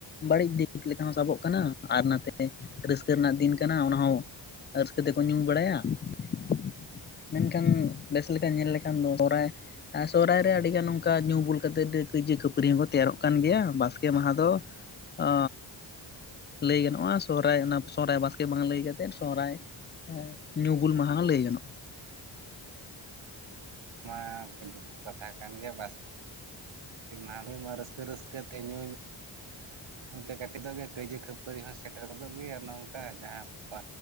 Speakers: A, on the left; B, on the right.
A: ᱵᱟᱹᱲᱤᱡ ᱫᱤᱠ ᱞᱮᱠᱟ ᱦᱚᱸ ᱥᱟᱵᱚᱜ ᱠᱟᱱᱟ, ᱟᱨ ᱱᱟᱛᱮ ᱨᱟᱹᱥᱠᱟᱹ ᱨᱮᱱᱟᱜ ᱫᱤᱱ ᱠᱟᱱᱟ ᱚᱱᱟᱦᱚᱸ ᱨᱟᱹᱥᱠᱟᱹ ᱛᱮᱠᱚ ᱧᱩ ᱵᱟᱲᱟᱭᱟ ᱾ ᱢᱮᱱᱠᱷᱟᱱ ᱵᱮᱥ ᱞᱮᱠᱟ ᱧᱮᱞ ᱞᱮᱠᱷᱟᱱ ᱫᱚ ᱥᱚᱨᱦᱟᱭ ᱟ ᱥᱚᱦᱨᱟᱭ ᱨᱮ ᱟᱹᱰᱤᱜᱟᱱ ᱚᱱᱠᱟ ᱧᱩ ᱵᱩᱞ ᱠᱟᱛᱮᱜ ᱰᱟᱹ ᱠᱟᱹᱭᱡᱟᱹ ᱠᱷᱟᱹᱯᱟᱹᱨᱤ ᱦᱚᱸᱠᱚ ᱛᱮᱭᱟᱨᱚᱜ ᱠᱟᱱ ᱜᱮᱭᱟ ᱵᱟᱥᱠᱮ ᱢᱟᱦᱟᱸ ᱫᱚ ᱟ ᱞᱟᱹᱭ ᱜᱟᱱᱚᱜᱼᱟ ᱥᱚᱦᱨᱟᱭ ᱚᱱᱟ ᱥᱚᱦᱨᱟᱭ ᱵᱟᱥᱠᱮ ᱵᱟᱝ ᱞᱟᱹᱭ ᱠᱟᱛᱮᱫ ᱥᱚᱦᱨᱟᱭ ᱧᱩ ᱵᱩᱞ ᱢᱟᱦᱟᱸ ᱦᱚᱸ ᱞᱟᱹᱭ ᱜᱟᱱᱚᱜᱼᱟ ᱾
B: ᱢᱟ ᱛᱚ ᱡᱚᱛᱷᱟᱛ ᱠᱟᱛᱷᱟ ᱠᱟᱱ ᱜᱮᱭᱟ ᱵᱟᱥ ᱠᱮ ᱢᱟᱦᱟᱸ ᱫᱚᱭ ᱢᱟ ᱨᱟᱹᱥᱠᱟᱹ ᱨᱟᱹᱥᱠᱟᱹ ᱛᱮ ᱧᱩ ᱧᱩ ᱛᱮ ᱠᱟᱹᱴᱤᱡ ᱫᱚᱜᱮ ᱠᱟᱹᱭᱡᱟᱹ ᱠᱷᱟᱹᱯᱟᱹᱨᱤ ᱦᱚᱸ ᱥᱮᱴᱮᱨ ᱜᱚᱫᱚᱜ ᱜᱮᱭᱟ ᱚᱱᱮ ᱚᱝᱠᱟ ᱡᱟᱦᱟᱸ ᱯᱟ